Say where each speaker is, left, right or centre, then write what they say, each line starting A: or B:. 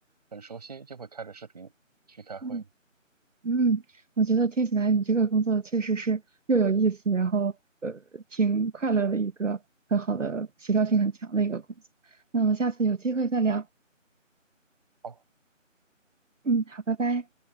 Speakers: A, on the right; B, on the right.
A: 很熟悉，就会开着视频去开会。
B: 嗯。嗯，我觉得听起来你这个工作确实是又有意思，然后呃挺快乐的一个很好的协调性很强的一个工作。那我们下次有机会再聊。
A: 好。
B: 嗯，好，拜拜。